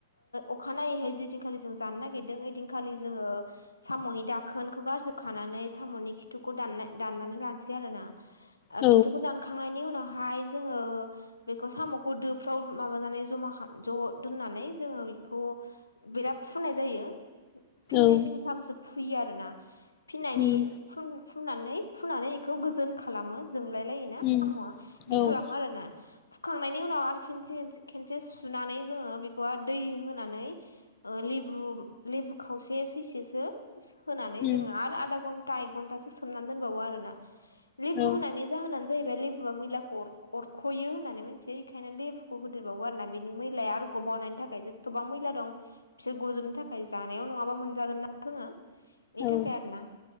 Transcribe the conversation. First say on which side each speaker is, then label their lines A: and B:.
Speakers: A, on the left; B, on the left.
A: अखानायैहाय जदिनखालि जों जानो नागिरदों ओइदिनखालि जोङो साम'नि दाखोनखौ गारजोबखानानै साम'नि खिथुखौ दान दाननानै लानोसै मोन आरो ना
B: औ
A: खिथुखौ दानखांनायनि उनावहाय जोङो बेखौ साम'खौ दोफ्राव माबाजानाय जमा खालाम ज' दोननानै जोङो बेखौ बिराद फुनाय जायो फिननै
B: औ
A: फिनथामसो फुयो आरोना फिनायनि
B: उम
A: फुननानै फुनानै बेखौ गोजोन खालामो जोंलाय लाय़
B: उम
A: साम'आ बिदि
B: औ उम
A: खालामो आरोना फुखांनायनि उनाव आरो खसे खेनसे सुनानै जोङो बेखौ दै होनानै लेबु लेबु खावसे सैसेसो होनानै
B: उम
A: जोङो आरो आधा घन्टा एक घन्टासो सोमनानै दोनबावो आरो ना। लेबु
B: औ
A: होनानै जाहोनानो जाहैबाय लेबुआ मैला अर ख'यो होननानै मिथियो बेखायनो लेबुखौ होदेरबावो आरोना बिनि मैलाया आरोग बावनायनि थाखायसो गोबां मैला दं बिसोर गजोबनो थाखाय जानायाव नङाबा मोनजागोन ना जोङो बेनि थाखाय
B: औ
A: आरोना